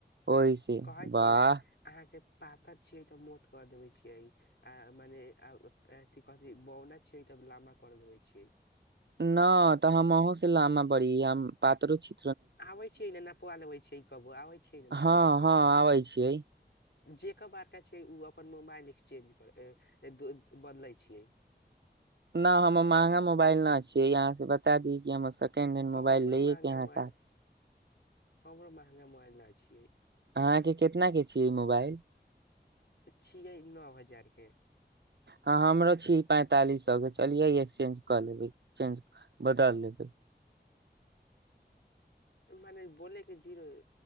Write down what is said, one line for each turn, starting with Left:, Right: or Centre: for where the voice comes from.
Right: ओहिसे
Left: कहै छियै
Right: वाह
Left: ने अहाँके पातर छियै तऽ मोट कर देबे छियै आ मने अथी कथि बौना छियै त लमबा कर देबे छियै।
Right: न तऽ हम अहु स लामा बड़ी आम पातर छी।
Left: आबै छियै न नपुआ लबै काबो, आबै छियै नहि नपआ
Right: हँ
Left: लबै
Right: हँ
Left: छियै।
Right: आबै छियै
Left: जेकर बारका छैय ओ अपन मोबाइल एक्सचेंज कर द बदलै छियै।
Right: न हमर महंगा मोबाइल न छियै, इ आहाँ के बता दी कि हम स तीन दिन
Left: तऽ
Right: मोबाइल
Left: हमरो
Right: लैए
Left: महंगा
Right: के यहाँ
Left: मोबाइल
Right: क
Left: हमरो महंगा मोबाइल न छियै।
Right: अहाँके केतना के छियै मोबाइल।
Left: छियै नौ हजार के।
Right: हँ हमरो छीयै पैंतालिस सौ के, चलियै ई एक्सचेंज कऽ लेबै एक्सचेंज बदल लेबै।
Left: मने बोलेके जीरो,